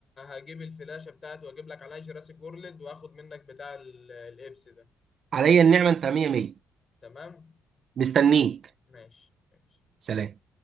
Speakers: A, on the left; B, on the right.
A: هجيب الفلاشه بتاعتي واجيب لك عليها جراسيك وورلد واخد منك بتاع ال- الابس ده
B: عليا النعمه انت مية مية
A: تمام
B: مستنيك
A: ماشي ماشي
B: سلام